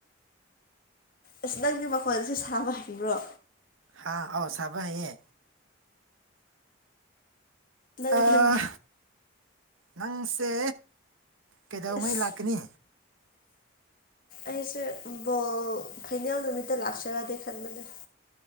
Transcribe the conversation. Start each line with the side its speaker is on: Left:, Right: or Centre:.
Left: ꯑꯁ ꯅꯪꯗꯤ ꯃꯈꯣꯟꯖꯦ ꯁꯥꯕ ꯍꯩꯕ꯭ꯔꯣ
Right: ꯍꯥꯥ ꯑꯥꯎ ꯁꯥꯕ ꯍꯩꯌꯦ
Left: ꯅꯪ
Right: ꯑꯥ
Left: ꯅꯪ
Right: ꯅꯪꯁꯦ ꯀꯩꯗꯧꯉꯩ
Left: ꯑꯁ
Right: ꯂꯥꯛꯀꯅꯤ
Left: ꯑꯩꯁꯦ ꯕꯣꯜ ꯐꯥꯏꯅꯦꯜ ꯅꯨꯃꯤꯠꯇ ꯂꯥꯛꯁꯤꯔꯗꯤ ꯈꯟꯕꯅꯦ